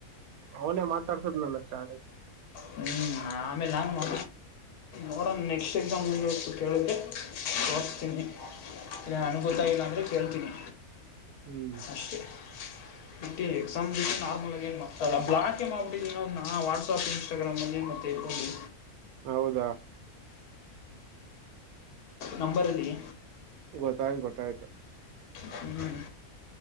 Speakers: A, on the right; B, on the left.
A: ಅವನೇ ಮಾತಾಡ್ಸದ್ ನ ಚ ಸ
B: ಹ್ಮ್ ಆಮೇಲೆ ನಾನ್ ಮಾ ನೋಡ ನೆಕ್ಸ್ಟ್ ಎಕ್ಸಾಮ್ ಮುಂದ ಕೇಳಿದ್ರೆ ತೋರಿಸ್ತೀನಿ ಇಲ್ಲ ನನಗೆ ಗೊತ್ತಾಗಿಲ್ಲ ಅಂದ್ರೆ ಕೇಳ್ತೀನಿ
A: ಹ್ಮ್
B: ಅಷ್ಟೆ ಬಿಟ್ಟಿ ಎಕ್ಸಾಮ್ ನಾರ್ಮಲ ಆ ನ್ ಮಾ್ತಲ್ಲ ಬ್ಲಾಕೆ ಮಾಡ್ಬಿಟ್ಟಿನಿಧಿ ಅವನ್ನ ವಾಟ್ಆಪ್ ಇನ್ಸ್ಟಾಗ್ರಾಮ್ನಲ್ಲಿ ಮತ್ತುತ್ತ ಓಲಿ
A: ಹೌದಾ
B: ನಂಬರ್ ಅಲ್ಲಿ
A: ಗೊತ್ತಾಯ್ತು ಗೊತ್ತಾಯ್ತು
B: ಹ್ಮ್